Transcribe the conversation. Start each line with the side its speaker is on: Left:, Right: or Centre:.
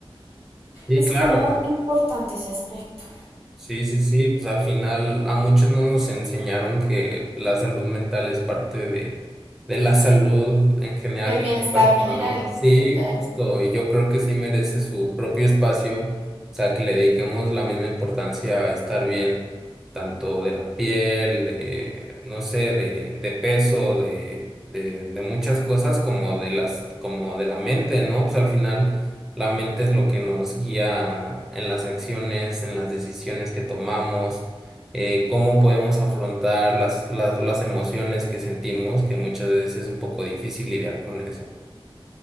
Centre: Sí,
Right: Es
Centre: claro.
Right: como importante ese aspecto.
Centre: Sí, sí, sí, pues al final a muchos no nos enseñaron que la salud mental es parte de, de la salud en general
Right: Del
Centre: del
Right: bienestar
Centre: cuerpo,
Right: general,
Centre: ¿no? Sí,
Right: total.
Centre: justo, y yo creo que sí merece su propio espacio, o sea, que le dediquemos la misma importancia a estar bien, tanto de la piel, de, no sé, de, de peso, de, de, de muchas cosas, como de las, como de la mente, ¿no? Pues al final. La mente es lo que nos guía en las acciones, en las decisiones que tomamos, eh, cómo podemos afrontar las, las, las emociones que sentimos, que muchas veces es un poco difícil lidiar con eso.